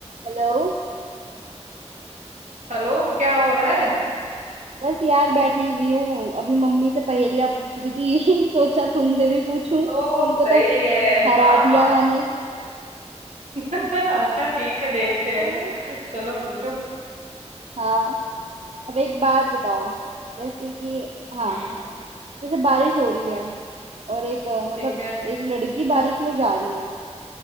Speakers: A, on the right; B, on the right.
A: हेलो
B: हेलो क्या हो रहा है
A: बस यार बैठी हुई हूँ अभी मम्मी से पहेलियां पूछ रही थी <laughs> सोचा तुमसे भी पूछूं
B: ओ
A: उनको
B: सही
A: तो
B: है
A: हरा
B: हाँ
A: दिया
B: हाँ
A: मैंने
B: हाँ <laughs> अच्छा ठीक है देखते
A: वाह।
B: हैं चलो पूछो
A: हाँ अब एक बात बताओ जैसे कि हाँ
B: हम्म
A: जैसे बारिश हो रही है और एक अ, मतलब
B: ठीक है
A: एक लड़की बारिश में जा रही है